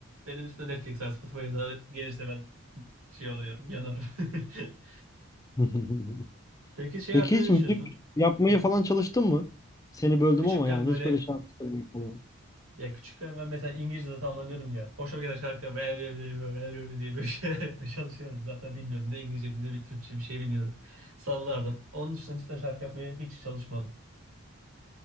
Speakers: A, on the right; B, on the left.
A: Benim üstüne Netflix'e, Spotify'a da gelirse ben şey oluyorum, yanarım. <laughs>
B: <laughs>
A: Peki şey
B: Peki
A: hakkında
B: hiç
A: ne düşünüyorsun?
B: müzik yapmaya falan çalıştın mı? Seni böldüm
A: Küçükken
B: ama yani
A: böyle
B: hiç böyle şarkı söylemek falan.
A: ya küçükken ben mesela İngilizce zaten anlamıyorum ya. Hoşuma giden şarkılar böyle böyle böyle böyle böyle diye böyle <laughs> şeyler yapmaya çalışıyorum. Zaten bilmiyorum ne İngilizce ne bir Türkçe bir şey bilmiyorum. Sallardım. Onun dışında cidden şarkı yapmaya hiç çalışmadım.